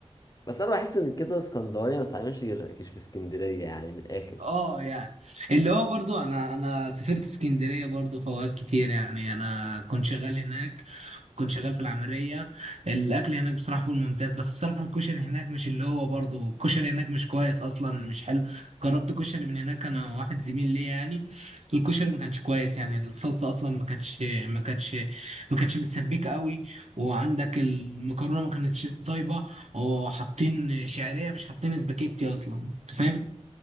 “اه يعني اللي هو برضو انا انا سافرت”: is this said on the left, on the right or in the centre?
Right